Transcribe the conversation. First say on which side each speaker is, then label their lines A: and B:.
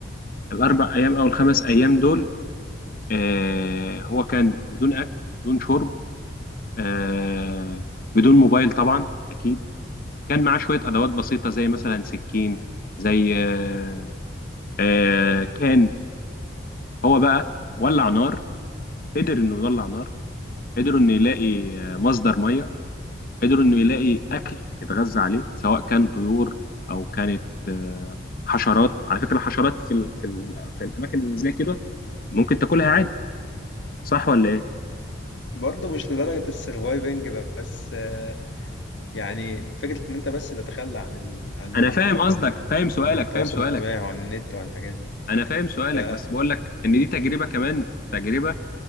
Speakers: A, on the left; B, on the left.
A: الاربع ايام او الخمس ايام دول آه هو كان بدون اكل بدون شرب آه بدون موبايل طبعا اكيد كان معاه شويه ادوات بسيطه زي مثلا سكين زي آه آه كان هو بقى ولع نار قدر انه يولع نار قدروا انه يلاقي آه، مصدر ميه قدروا انه يلاقي اكل يتغذى عليه سواء كان طيور او كانت آه حشرات على فكره الحشرات في ال في ال في الاماكن اللي زي كده ممكن تاكلها عادي صح ولا ايه
B: برضه مش لدرجه السرفايفنج بس آه، يعني فكره ان انت بس تتخلى عن ال... عن
A: انا فاهم
B: عن
A: قصدك فاهم سؤالك
B: عن التواصل
A: فاهم سؤالك
B: الاجتماعي وعن النت وعن الحاجات دي
A: انا فاهم سؤالك
B: ف
A: بس بقول لك ان دي تجربه كمان تجربه